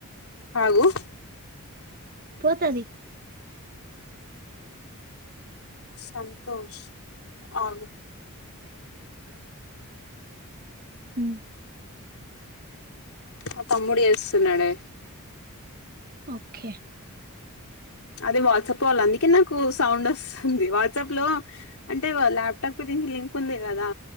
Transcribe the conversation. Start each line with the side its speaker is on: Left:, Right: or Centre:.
Left: ఆగు
Right: పోతది
Left: సంతోష్ అవున్
Right: హు
Left: ఆ తమ్ముడి చేస్తున్నాడే
Right: ఓకె
Left: అదే వాట్సాప్ వాళ్ళ అందుకే నాకు సౌండ్ వస్తుంది వాట్సాప్ లో అంటే ల్యాప్టాప్ కి దినికి లింక్ ఉంది కదా